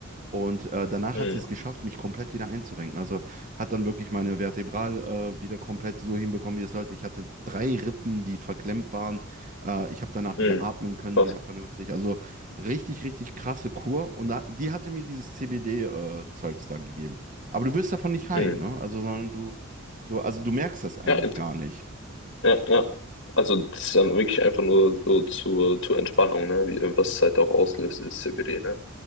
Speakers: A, on the right; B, on the left.
A: Und äh, danach
B: Mhm.
A: hat sie es geschafft, mich komplett wieder einzurenken. Also hat dann wirklich meine Vertebral äh, wieder komplett so hinbekommen, wie es sollte. Ich hatte drei Rippen, die verklemmt waren. Äh, ich habe danach
B: Mhm.
A: wieder atmen können,
B: Krass.
A: wieder vernünftig. Also richtig, richtig krasse Kur. Und da, die hatte mir dieses CBD-Zeugs da gegeben. Aber du wirst davon nicht high,
B: Mhm.
A: ne? Also, sondern du, du, also du merkst das eigentlich
B: Ja,
A: gar nicht.
B: Ja, ja. Also das ist dann wirklich einfach nur so zur, zur Entspannung, ne? Wie, was es halt auch auslöst, ist CBD, ne?